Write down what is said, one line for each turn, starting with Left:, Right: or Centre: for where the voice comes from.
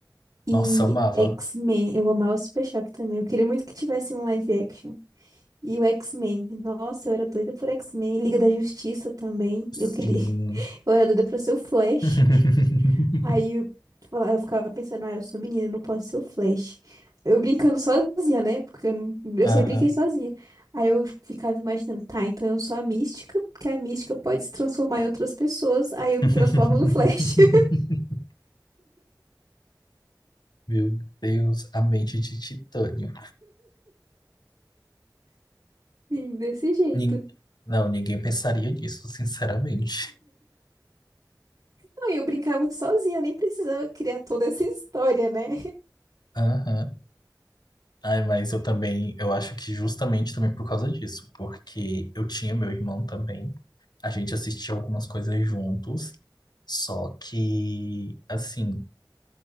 Right: e
Left: Nossa, amava.
Right: X-Men. Eu amava Super Choque também. Eu queria muito que tivesse um live action. E o X-Men. Nossa, eu era doida por X-Men. Liga da Justiça também.
Left: Sim.
Right: Eu queria. <laughs> Eu era doida pra ser o Flash.
Left: <laughs>
Right: Aí eu, fala- eu ficava pensando, ah, eu sou menina, eu não posso ser o Flash. Eu brincando sozinha, né? Porque eu, não- eu
Left: Aham.
Right: sempre brinquei sozinha. Aí eu ficava imaginando, tá, então eu sou a mística, porque a mística pode se transformar em outras pessoas, aí eu
Left: <laughs>
Right: me transformo no Flash. <laughs>
Left: Meu Deus, a mente de titânio.
Right: Sim, desse jeito.
Left: Nin- Não, ninguém pensaria nisso, sinceramente.
Right: Não, e eu brincava sozinha, nem precisava criar toda essa história, né?
Left: Aham. Ai, mas eu também, eu acho que justamente também por causa disso, porque eu tinha meu irmão também. A gente assistia algumas coisas juntos, só que, assim,